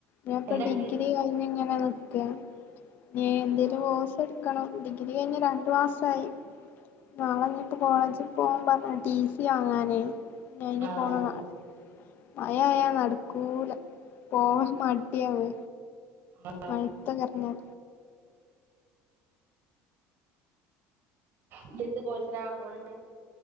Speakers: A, on the left; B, on the right.
A: ഞാപ്പ
B: എന്താക്കി
A: ഡിഗ്രി കഴിഞ് ഇങ്ങനെ നിക്കാ ഇഞ് എന്തേലും
B: ആഹ്
A: കൊഴ്സ്. ഇട്ക്കാണം ഡിഗ്രി കഴിഞ്ഞ് രണ്ട് മാസായി നാളെ ഞ്ഞിപ്പോ കോളേജ് പോവാം പർഞ്ണ് ടി സി വങ്ങാനേ ഇഞ് അയിന്
B: ആഹ്
A: പോണം
B: ആഹ് ആഹ്
A: നാളെ മഴ ആയാ നടക്കൂല പോ മടിയാവ്
B: അ
A: മഴതൊക്കെ എർങ്ങാൻ.
B: ഇനി എന്ത് കോഴ്സിനാ പോണെ